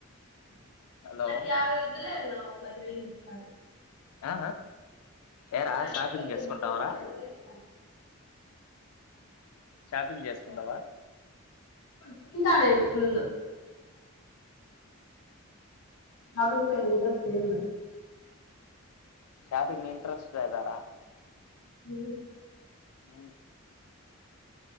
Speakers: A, on the left (about 85°); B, on the left (about 70°).
A: హలో
B: మాకు యావే వదులే నా <unintelligible>
A: ఆ ఎరా
B: యాభై
A: షాపింగ్
B: వేలు
A: చేసుకుంటావరా
B: వద్దు పదివేలు చాలు
A: షాపింగ్ చేసుకుంటావా
B: తింటాడేను ఫుల్ అప ఇంట్రెస్ట్ లేదు మడి
A: క్యాబింగ్ ఇంట్రెస్ట్ అదారా
B: అ
A: ఆ